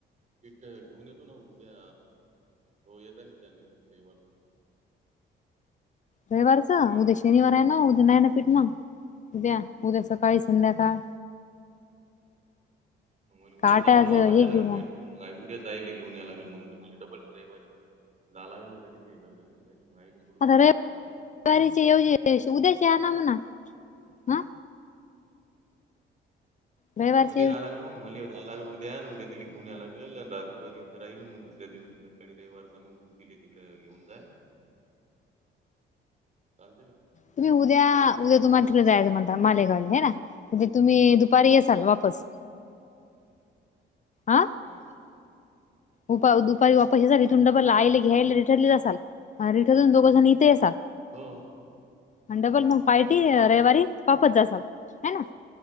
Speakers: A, on the right; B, on the left.
A: पीठ घेऊन येतो ना उद्या. हो येता नि त्यांनी रविवार
B: रविवारचं.
A: पाहतो
B: उद्या
A: ना
B: शनिवार
A: काय
B: आहे ना उद्या नाही ना पीट मग. उद्या उद्या सकाळी संध्याकाळ.
A: मग मला उद्या
B: का आटाच
A: जाऊन वापस
B: हे
A: या लागलं
B: घेऊ मग
A: पेटून मग उद्या साहील ला घेऊन या लागेल मग मला डबल रविवारी. जा लागेल ना घरी <unintelligible>
B: आता <inaudible> रविवारीची
A: लागेल घरी
B: येवजी उद्याच या ना <unintelligible> हा रविवारचे
A: उद्या मली जावं लागल मग मले जावं लागल उद्या आणि उद्या तिला घेऊन याय लागल आणि रा परी इथं राहिल मग दुसऱ्या दिवशी सकाळी रविवारच मग तू तिले तिकडे घेऊन जा. चालते ना.
B: तुम्ही उद्या, उद्या तुम्हाला तिकडे जायचं म्हणता मालेगावला आहे ना. म्हणजे तुम्ही दुपारी येसाल वापस.
A: <inaudible>
B: अ
A: हा
B: उपा
A: हा
B: दुपारी वापस येसाल. इथून डबल आईले घ्यायले
A: काय
B: रीटनली जासाल. अ रिटर्न तुम्ही दोघ जण इथ येसाल.
A: हो
B: आणि डबल
A: हो,
B: मग पार्टी रविवारी वापस जासाल. हे ना.